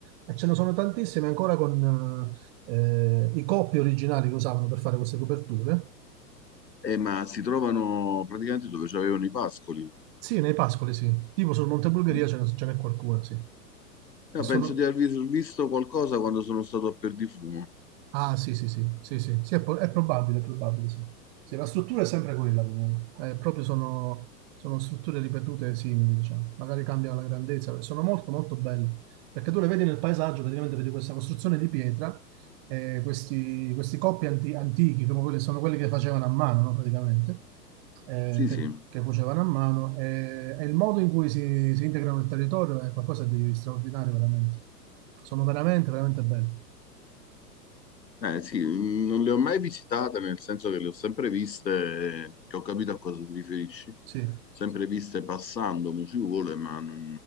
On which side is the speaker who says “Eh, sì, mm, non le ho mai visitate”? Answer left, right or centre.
Left